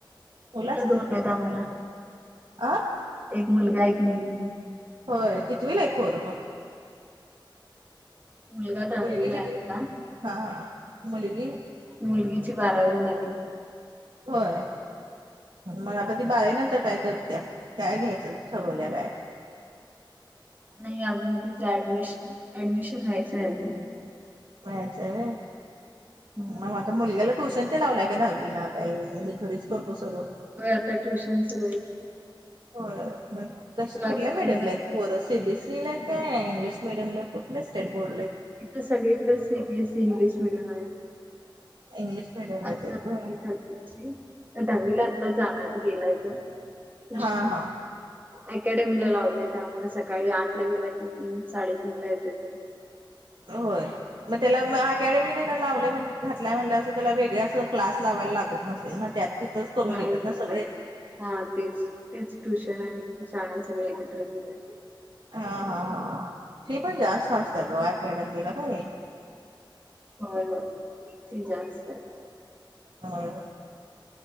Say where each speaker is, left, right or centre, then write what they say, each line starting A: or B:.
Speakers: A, on the right; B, on the right.
A: मुल
B: मुलं
A: असतील
B: दोन
A: की
B: आहेत
A: आता?
B: आम्हाला एक मुलगा एक मुलगी
A: होय कितीवीला आहेत पोरं मग?
B: मुलगा दहावीला
A: मुलगी
B: आहे
A: कितवीला
B: आता.
A: आहे मुलगी?
B: मुलगीची बारावी झाली.
A: होय! मग आता ती बारावी नंतर काय करत्या काय घ्यायचं ठवल्या काय?
B: नाही अजून तिचं ऍडमिशन ऍडमिशन व्हायचं आहे अजून.
A: व्हायचंय होय,
B: हम्म.
A: मग आता मुलग्याला ट्यूशन ते लावलाय का दहावीला काय म्हणजे घरीच करतो सगळं?
B: हो आता ट्युशन सुरू आहे कि.
A: हो मग कस कुठल्या
B: अकॅडमीला
A: मिडमला आहे? होर सीबीएसईला का इंग्लीश मीडीयम लाठे स्टेट बोर्डला आहेत?
B: आ हित सगळीकडें सीबीएसई इंग्लिश मिडियम आहे.
A: इंग्लिश मिडिमलात
B: आता
A: आहेत
B: दहावी
A: होय.
B: झाली दहावीला आत्ता जाणार गेलाय तो. ट्युशन
A: हा हा!
B: अकॅडमीला लावलय त्यामुळे सकाळी आठ ला गेला की तीन साडेतीनला येतोय घरी.
A: होय मग त्याला म अकॅडमी लावले म्हणजे घातलाय म्हणल्यावर असं त्याला वेगळ असं क्लास लावायला लागत नसेल ना त्यात तिथंच करून
B: नाही
A: घेतात
B: लागणार.
A: ना सगळे?
B: हा तेच तेच ट्युशन आणि शाळा सगळं एकत्रच होतंय.
A: हा हा हा फी पण जास्त असते गो अकॅडमीला नाय?
B: होय होय ती जास्त आहे.
A: होय!